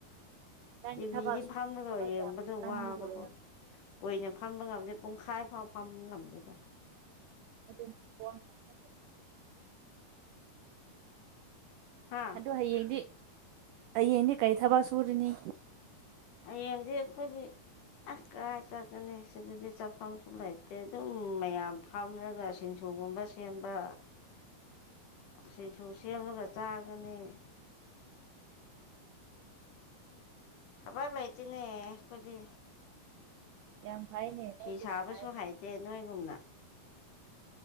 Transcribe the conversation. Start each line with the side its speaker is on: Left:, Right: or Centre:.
Right: ꯅꯪꯗꯤ
Left: ꯇꯤꯚꯤꯗꯤ
Right: ꯊꯕꯛ
Left: ꯐꯝꯃꯒ
Right: ꯊꯕꯛ
Left: ꯌꯦꯡꯕꯗꯣ
Right: ꯌꯥꯝ ꯀꯟꯕꯒꯤ
Left: ꯋꯥꯕꯀꯣ
Right: ꯑꯣꯏꯔꯝꯅꯤ
Left: ꯀꯣꯏꯏꯅ ꯐꯝꯃꯒ ꯑꯝ ꯄꯨꯡꯈꯥꯏ ꯐꯥꯎ ꯐꯝꯕ ꯉꯝꯗꯦꯗ
Right: ꯐꯦ
Left: ꯍꯥ
Right: ꯑꯗꯨ ꯍꯌꯦꯡꯗꯤ ꯍꯌꯦꯡꯗꯤ ꯀꯔꯤ ꯊꯕꯛ ꯁꯨꯔꯤꯅꯤ
Left: ꯑꯩꯡꯗꯤ ꯀꯣꯏꯗꯤ ꯑꯁ ꯀꯗꯥꯥꯏ ꯆꯠꯀꯅꯤ ꯁꯤꯗꯗꯤ ꯆꯥꯐꯝꯁꯨ ꯂꯩꯇꯦ ꯑꯗꯨꯝ ꯃꯌꯥꯝ ꯐꯝꯂꯒ ꯁꯤꯁꯨ ꯎꯨꯒꯨꯝꯕ ꯁꯦꯝꯕ
Right: <inaudible>
Left: ꯑꯁꯤꯁꯨ ꯁꯦꯝꯃꯒ ꯆꯥꯒꯅꯤ ꯈꯕꯔ ꯂꯩꯥꯏꯇꯅꯦ ꯀꯣꯏꯂꯤ
Right: ꯌꯥꯝ ꯐꯩꯅꯦ
Left: ꯐꯤ
Right: ꯅꯣꯏꯗꯤ
Left: ꯁꯥꯕꯁꯨ
Right: ꯅꯨꯡꯉꯥꯏꯅꯦ
Left: ꯍꯩꯇꯦ ꯅꯣꯏꯒꯨꯝꯅ